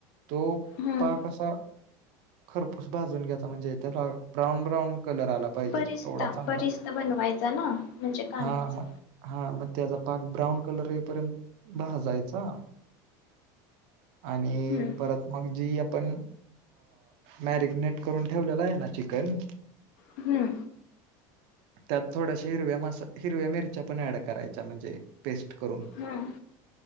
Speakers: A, on the right; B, on the left.
A: तो
B: हम्म
A: पाक असा खरपूस भाजून घ्यायचा म्हणजे त्याला ब्राऊन ब्राऊन कलर आला पाहिजे
B: बरिस्ता
A: एवढा चांगला
B: बरिस्ता बनवायचा ना म्हणजे कांद्याचा
A: हा मग हा मग त्याचा पाक ब्राऊन कलर येईपर्यंत भाजायचा आणि
B: हम्म
A: परत मग जी आपण मॅरीगनेट करून ठेवलेला आहे ना चिकन
B: हम्म
A: त्यात थोड्याशा हिरव्या मसा हिरव्या मिरच्या पण अँड करायच्या म्हणजे पेस्ट करून
B: हम्म